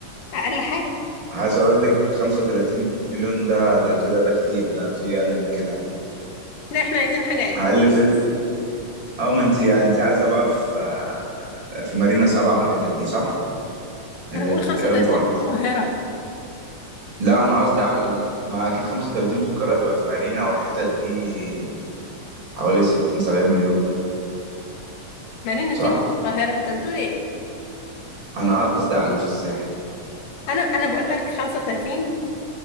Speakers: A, on the left; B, on the right.
A: اقل حاجة
B: عايز اقول لك 35 مليون ده ده كده ده كتير ده في اقل من كده
A: لا احنا عايزين حاجة عدل
B: اقل في ال- اه ما انت انت عايزه بقى في في مارينا سبعة والحتت دي صح اللي
A: انا بقول
B: بتتكلم
A: 35
B: في ارقام
A: في القاهرة
B: لا انا قصدي على ال... ما اكيد 35 في القاهره هتبقى في مارينا والحتت دي حوالي 60 70 مليون
A: مارينا
B: صح
A: تيلي في القاهرة انت بتقول ايه
B: انا قصدي على اللي في الساحل
A: انا انا بقول لك 35